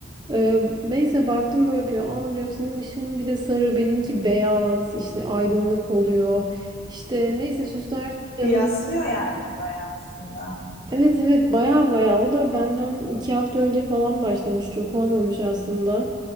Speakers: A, on the right; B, on the left.
A: Ee, neyse baktım böyle yapıyor aa diyor senin ışığın bir de sarı benimki beyaz işte aydınlık oluyor İşte neyse süsler canım.
B: Kıyaslıyor yani bayağı aslında.
A: Evet evet baya baya o da benden iki hafta önce falan başlamış çok olmamış aslında.